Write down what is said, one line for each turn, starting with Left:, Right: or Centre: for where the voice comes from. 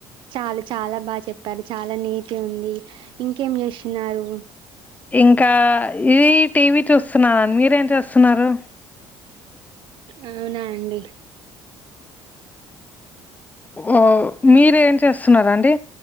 Right: చాలు చాలా బాగా చెప్పారు చాలా నీటి ఉంది ఇంకేం చేస్తున్నారు.
Left: ఇంకా ఇది టీవీ చూస్తున్నాను. మీరేం చేస్తున్నారు?
Right: అవునా అండి
Left: ఓ మీర ఏం చేస్తున్నారా అండి